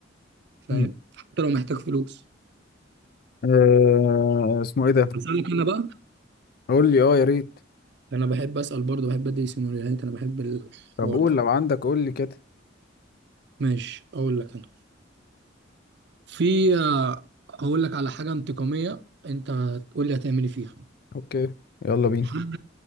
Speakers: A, on the right (about 60°); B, on the left (about 50°).
A: فاهم
B: مم.
A: حتى لو محتاج فلوس
B: أه اسمه إيه ده
A: بس انا كده بقى
B: قول لي أه يا ريت
A: انا بحب اسال برضه بحب ادي سيناريوهات انا بحب الحوار
B: طب قول
A: ده
B: لو عندك قول لي كده
A: ماشي اقول لك انا في آه، هقول لك على حاجه انتقاميه انت تقول لي هتعملي فيها
B: أوكي يلا بينا
A: حد